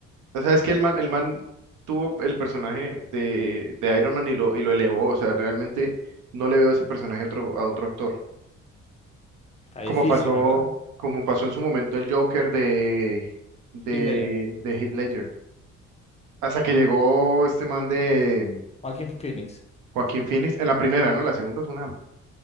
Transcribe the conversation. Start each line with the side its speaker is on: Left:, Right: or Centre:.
Right: o sea, es que el man, el man tuvo el personaje de, de Iron Man y lo, y lo elevó. O sea, realmente no le veo ese personaje a otro, a otro actor.
Left: Está difícil,
Right: Como pasó,
Left: ¿verdad?
Right: como pasó en su momento el Joker de, de,
Left: Heath Ledger,
Right: de Heath Ledger. Hasta que llegó este man de
Left: Joaquin Phoenix.
Right: Joaquín Phoenix, en la primera, ¿no? La segunda es una,